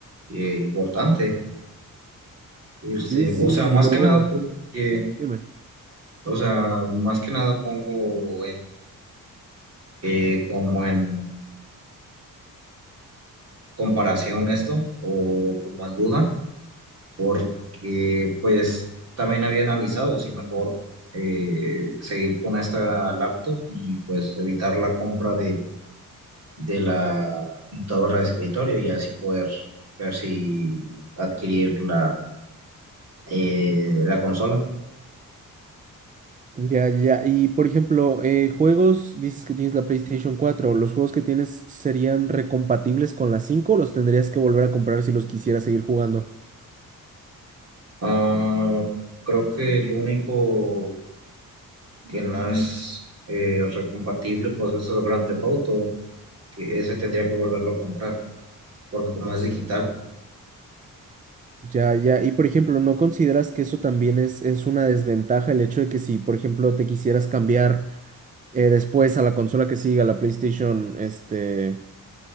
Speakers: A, on the right (about 45°); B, on the right (about 25°).
A: eh, importante. Este,
B: Sí, sí, sí,
A: o sea, más
B: y luego,
A: que nada porque,
B: dime.
A: o sea, más que nada pongo en eh, como en comparación esto o como en duda, porque pues también había analizado si mejor eh, seguir con esta laptop y pues evitar la compra de la computadora de escritorio y así poder ver si adquirir la, eh, la consola.
B: Ya, ya. Y por ejemplo, eh, juegos, dices que tienes la PlayStation 4. ¿Los juegos que tienes serían recompatibles con la 5 o los tendrías que volver a comprar si los quisieras seguir jugando?
A: Ah, creo que el único que no es eh, recompatible pues es el Grand Theft Auto, que ese tendría que volverlo a comprar, porque como es digital,
B: Ya, ya. Y por ejemplo, ¿no consideras que eso también es, es una desventaja el hecho de que si, por ejemplo, te quisieras cambiar eh, después a la consola que siga, la PlayStation, este...